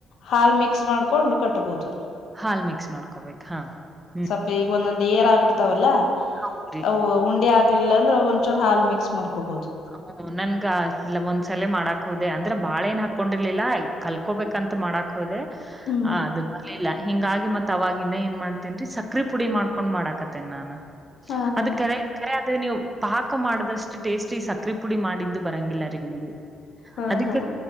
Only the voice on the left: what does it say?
ಹಾಲ್ ಮಿಕ್ಸ್ ಮಾಡ್ಕೊಂಡು ಕಟ್ಬಹುದು
ಸ್ವಲ್ಪ ಈಗ ಒಂದೊಂದ್ ಏರ್ ಆಗ್ಬಿಡ್ತಾವಲ್ಲ
ಅ ಉಂಡೆ ಆ ಲ್ಲ ಅಂದ್ರೆ ಒಂದಚೂರು ಹಾ ಮಕ್ಸ್ ಮಾಡಕೋಬಹುದು
ಹ್ಮ್
ಹಾ ಹಾ
ಹಾ
ಹಾ